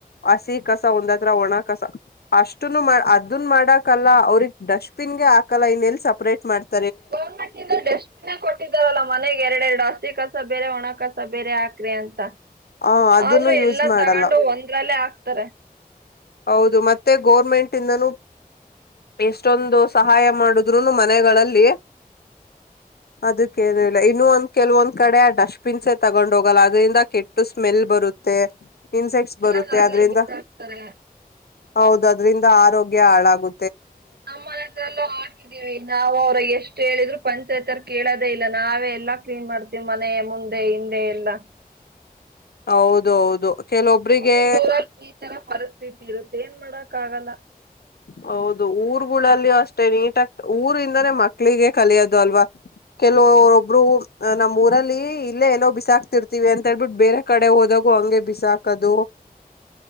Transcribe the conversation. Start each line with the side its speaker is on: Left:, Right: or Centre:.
Left: ಹಸಿ ಕಸ ಒಂದತ್ರ ಒಣ ಕಸ ಒಂದತ್ರ ಅಷ್ಟುನು ಅದುನ್ ಮಾಡಾಕಲ್ಲ ಅವ್ರಿಗೆ ಡಸ್ಟ್ ಬಿನ್ ಗೆ ಹಾಕಲ್ಲ ಇನ್ನೆಲ್ಲಿ ಸಪರೇಟ್ ಮಾಡ್ತಿ
Right: <unintelligible> ಡಸ್ಟ್ ಬಿನ್ ಏ ಕೊಟ್ಟಿದರಲ್ಲ ಮನೆಗೆರೆಡೆರೆಡು. <unintelligible> ಕಸ ಬೇರೆ ಒಣ ಕಸ ಬೇರೆ ಹಾಕ್ರಿ ಅಂತ.
Left: ಹ ಅದನ್ನು
Right: ಆದ್ರು
Left: ಯೂಸ್
Right: ಎಲ್ಲಾ
Left: ಮಾಡಲ್ಲ
Right: ತಗೊಂಡು ಒಂದ್ರಲ್ಲೇ ಹಾಕ್ತಾರೆ.
Left: ಹೌದು ಮತ್ತೆ ಗೌರ್ಮೆಂಟಿದನೂ ಎಷ್ಟೊಂದು ಸಹಾಯ ಮಾಡುದ್ರೂನು ಮನೆಗಳಲ್ಲಿ, ಅದುಕ್ಕೇನಿಲ್ಲ, ಇನ್ನು ಒಂದ್ ಕೆಲವು ಕಡೆ ಡಸ್ಟ್ ಬಿನ್ಸ್ ಹೇ ತಗೊಂಡ್ ಹೋಗಲ್ಲ ಅದ್ರಿಂದ ಕೆಟ್ಟು ಸ್ಮೆಲ್ ಬರುತ್ತೆ. ಇನ್ಸೆಕ್ಟ್ಸ್ ಬರುತ್ತೆ
Right: ಎಲ್ಲಾನು ಅಲ್ಲೇ
Left: ಅದ್ರಿಂದ.
Right: ಬಿಸಾಕ್ತಾರೆ
Left: ಹೌದು ಅದ್ರಿಂದ ಆರೋಗ್ಯ ಹಾಳಾಗು
Right: <unintelligible> ನಾವು ಅವ್ರು ಎಷ್ಟ್ ಹೇಳುದ್ರೂ <unintelligible> ಕೇಳದೇ ಇಲ್ಲ ನಾವೆ ಎಲ್ಲಾ ಕ್ಲೀನ್ ಮಾಡ್ತಿವಿ ಮನೆ ಮುಂದೆ ಹಿಂದೆ ಎಲ್ಲಾ.
Left: ಹೌದು ಹೌದು. ಕೆಲವೊಬ್ರಿಗೆ
Right: ಒಂದೊಂದು ಊರಲ್ಲಿ ಈ ತರ ಪರಿಸ್ಥಿತಿ ಇರುತ್ತೆ ಏನ್ಮಾಡೋ ಕಾಗಲ್ಲ
Left: ಹೌದು ಊರ್ಗುಳಲ್ಲಿ ಅಷ್ಟೇ ನೀಟಾಗಿ ಊರಿಂದನೇ ಮಕ್ಳಿಗೆ ಕಲಿಯದು ಅಲ್ವ, ಕೆಲವು ಒಬ್ರು ಅ ನಮ್ಮೂರಲ್ಲಿ ಇಲ್ಲೆ ಎಲ್ಲೋ ಬಿಸಾಕ್ತಿರ್ತಿವಿ ಅಂತೇಳ್ಬಿಟ್ಟು ಬೇರೆ ಕಡೆ ಹೋದಾಗು ಹಂಗೆ ಬಿಸಾಕೋದು.